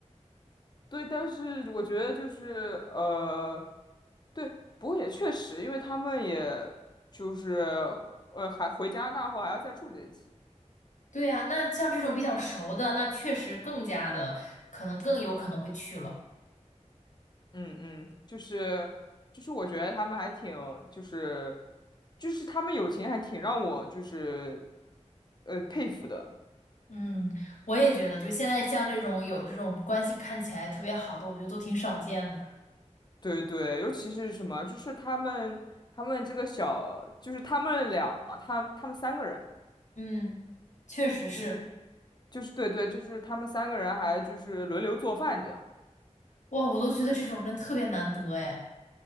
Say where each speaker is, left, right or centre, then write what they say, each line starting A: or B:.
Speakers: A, on the left; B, on the left.
A: <laughs> 对，但是我觉得就是呃，对，不过也确实，因为他们也就是呃，还回加拿大后还要再住在一起。
B: 对呀，那像这种比较熟的，那确实更加的，可能更有可能会去了。
A: 嗯嗯，就是就是我觉得他们还挺就是就是他们友情还挺让我就是呃佩服的。
B: 嗯，我也觉得，就现在像这种有这种关系看起来特别好的，我觉得都挺少见的。
A: 对对，尤其是什么，就是他们他们这个小，就是他们俩，他他们三个人，
B: 嗯，确实是，
A: 就是就是对对，就是他们三个人还就是轮流做饭这样。
B: 哇，我都觉得这种人特别难得哎。